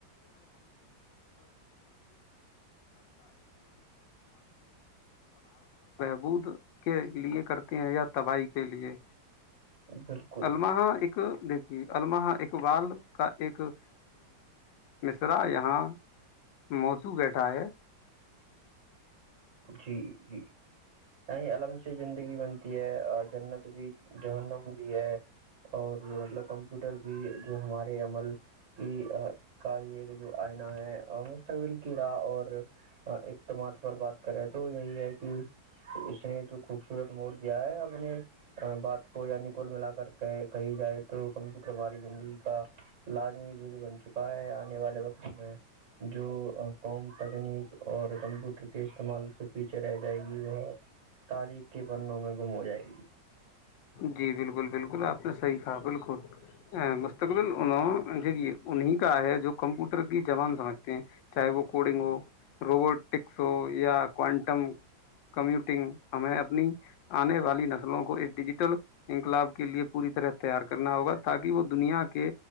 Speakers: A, on the left (about 75°); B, on the right (about 40°).
A: بہبود کے لیے کرتے ہیں یا تباہی کے لیے
B: بالکل
A: الماہ ایک دیکھیے الما اقبال کا ایک ا مصرا یہاں موزو بیٹھا ہے
B: ا جی جی یہ علم سے زندگی بنتی ہے جنت بھی جہنم بھی ہے اور مطلب کمپیوٹر بھی جو ہمارے عمل کی کا یہ جو آئناہ ہے مستقبل کی راہ اور اقدامات پر بات کرے تو یہی ہے کہ اس نے جو خوبصورت مڑ دیا ہے اپنے بات کو یعنی کول ملا کر کہ کہی جائے تو کمپیوٹر ہماری زندگی کا لازمی بن چکا ہے آنے والے وقت میں جو قوم تکنیک اور کمپیوٹر کے تمال سے پیچھے رہ جائے گی وہ تاریخ کے پنوں میں گم ہو جائے گی
A: جی بالکل بالکل آپ نے صحیح کہا بالکل م <inaudible> انہیں کا ہے جو کمپیوٹر کی زبان سمجھتے ہیں چاہے وہ کوڈنگ ہو روبوٹکس ہو یا کوانٹم کمیوٹنگ ہمیں اپنی آنے والی نس ووں کو اس ڈیجیٹ چلو انقلاب کے لیے پوری طرح تیار کرنا ہوگا تاکہ وہ دنیا کے